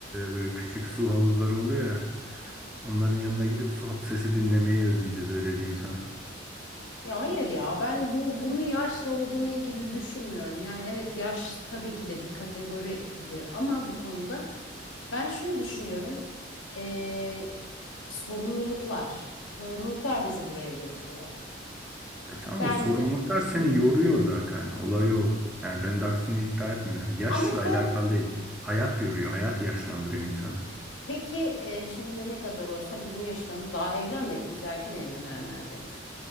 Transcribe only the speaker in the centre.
böyle küçük su havuzları oluyor ya. Onların yanına gidip su sesi dinlemeyi özleyeceğiz öyle diyeyim sana.
Ya tamam
o sorumluluklar seni yoruyor zaten. Olay o. Yani ben de aksini iddia etmiyorum. Yaşla
alakalı değil. Hayat yoruyor. Hayat yaşlandırıyor insanı.